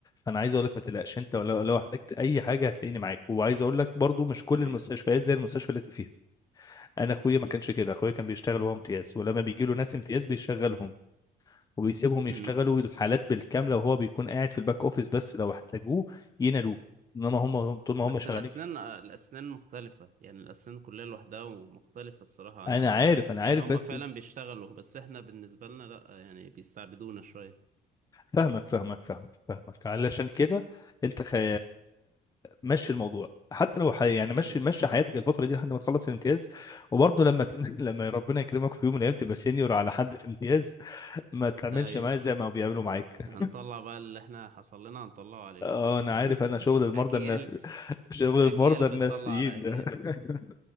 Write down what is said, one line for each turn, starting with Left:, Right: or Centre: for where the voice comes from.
Left: فانا عايز اقول لك ما تقلقش انت ولو لو احتجت اي حاجه هتلاقيني معاك وعايز اقول لك برضو مش كل
Right: حبيبي
Left: المستشفيات زي المستشفى اللي انت فيها انا اخويا ما كانش كده اخويا كان بيشتغل وهو امتياز ولما بيجي له ناس امتياز بيشغلهم وبيسيبهم يشتغلوا
Right: أمم
Left: الحالات بالكامله وهو بيكون قاعد في الباك اوفيس بس لو احتاجوه ينادوه انما هم طول ما
Right: بس
Left: هم شغالين
Right: الأسنان الأسنان مختلفة يعني الأسنان كلها لوحدها ومختلفة الصراحة عن
Left: انا عارف انا
Right: يعني
Left: عارف
Right: هما
Left: بس
Right: فعلا بيشتغلوا بس إحنا بالنسبة لنا لأ يعني بيستعبدونا شوية
Left: فاهمك فاهمك فاهمك فاهمك علشان كده انت خي... مشي الموضوع حتى لو حي... يعني مشي
Right: أيوه
Left: مشي حياتك الفتره دي لحد ما تخلص الامتياز وبرضه لما ت... <laughs> لما ربنا يكرمك في يوم من الايام تبقى سينيور على حد في امتياز ما تعملش
Right: أيوه
Left: معاه زي ما بيعملوا معاك
Right: هنطلع بقى اللي احنا حصل لنا هنطلعه عليهم
Left: اه انا
Right: <laughs>
Left: عارف انا شغل المرضى
Right: اجيال
Left: النفس <laughs> شغل
Right: اجيال
Left: المرضى النفسيين
Right: بتطلع على اجيال
Left: ده <laughs>